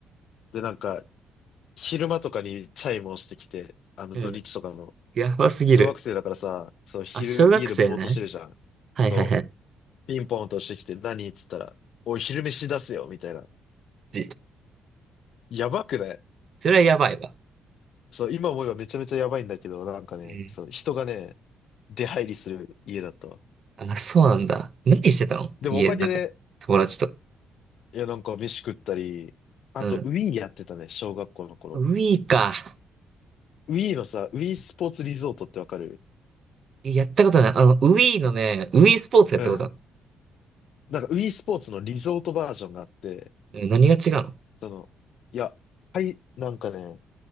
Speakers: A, on the left (about 70°); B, on the right (about 50°).
A: で、なんか、昼間とかにチャイムをしてきて、あの、
B: ど。
A: 土日とかの。
B: うん。やばすぎる。
A: 小学生だからさ、そう、昼家でぼーっとしてるじゃん。
B: あ、小学生ね。はいはいはい。
A: そう、ピンポンとしてきて何っつったら、おい、昼飯出せよみたいな。
B: え
A: やばくない
B: それはやばいわ。
A: そう、今思えばめちゃめちゃやばいんだけど、なんかね、
B: うん。
A: そう、人がね、出入りする家だったわ。
B: あ、そうなんだ。何してたの家の中で。
A: でもおかげで、
B: 友達と。
A: いや、なんか飯食ったり、あと、
B: うん。
A: ウィーやってたね、小学校の頃。
B: ウィーか。
A: ウィーのさ、ウィースポーツリゾートってわかる
B: やったことない。あの、ウィーのね、ウィースポーツやったことある。
A: うん。なんか、ウィースポーツのリゾートバージョンがあって、
B: うん何が違うの
A: その、いや、はい、なんかね、